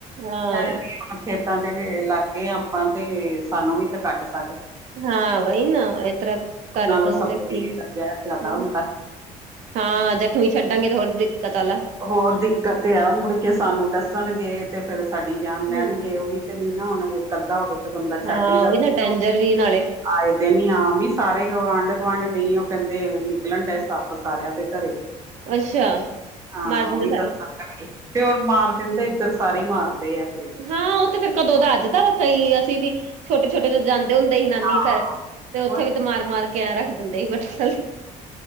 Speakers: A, on the right; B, on the right.
A: ਹਾਂ
B: ਹੈ ਵੀ ਖੇਤਾਂ ਦੇ ਵੀ ਲਾਗੇ ਆਪਾਂ ਤੇ ਸਾਨੂੰ ਵੀ ਤੇ ਕੱਟ ਸ
A: ਹਾਂ ਵਈ ਨਾ ਏ ਤਰਾ ਕਰਦਾਗੇ
B: ਨਾਲੋਂ ਸਪਰੇ
A: ਠੀਕ
B: ਦਾ ਜ਼ਹਿਰ ਜ਼ਿਆਦਾ
A: ਹੁ
B: ਹੁੰਦਾ।
A: ਹਾਂ ਜ਼ਖ਼ਮੀ ਛੱਡਾਂਗੇ ਥੋੜ੍ਹਾ ਦਿੱਕਤ ਵਾਲਾ।
B: ਹੋਰ ਦਿੱਕਤ ਤੇ ਆ ਮੁੜ ਕੇ ਸਾਨੂੰ ਦੱਸਣਗੇ ਤੇ ਫੇਰ ਸਾਡੀ ਜਾਨ
A: ਹੂੰ
B: ਲੈਣਗੇ ਓਵੀ। ਤੇ ਨਾ ਹੁਣ ਇੱਕ ਅੱਧਾ ਹੋਵੇ ਤੇ ਬੰਦਾ ਛੱਡ
A: ਹਾਂ
B: ਹੀ ਈ ਦਾਵੇ
A: ਉਹੀ
B: ਨਾ
A: ਡੇਂਜਰ ਵੀ ਨਾਲੇ
B: ਆਏ ਦਿਨ ਆਮ ਈ ਸਾਰੇ ਗੁਆਂਢ- ਗੁਆਂਢ ਗਈ, ਓ ਕੇਂਦੇ ਨਿਕਲਣ ਡਏ ਸੱਪ ਸਾਰੇਆਂ ਦੇ ਘਰੇ।
A: ਅੱਛਾ।
B: ਹਾਂ
A: ਮਾਰ ਦਿੰਦੇ
B: ਓ ਵੀ
A: ਸਾਰੇ
B: ਦੱਸਣ ਦੇ ਸੀ, ਤੇ ਹੋਰ ਮਾਰ ਦਿੰਦੇ ਇੱਧਰ ਸਾਰੇ ਮਾਰਦੇ ਆ ਕਰੀਬ।
A: ਹਾਂ ਓ ਤੇ ਫੇਰ ਕਦੋਂ ਦਾ ਅੱਜ ਦਾ ਵਾ ਕਈ ਅਸੀਂ ਵੀ ਛੋਟੇ- ਛੋਟੇ ਜਦੋ ਜਾਂਦੇ ਹੁੰਦੇ ਸੀ ਨਾਨੀ
B: ਹਾਂ,
A: ਘਰ, ਤੇ ਉੱਥੇ ਵੀ ਤੇ ਮਾਰ- ਮਾਰ ਕੇ ਐਂ ਰੱਖ ਦਿੰਦੇ ਸੀ ਬਠਾ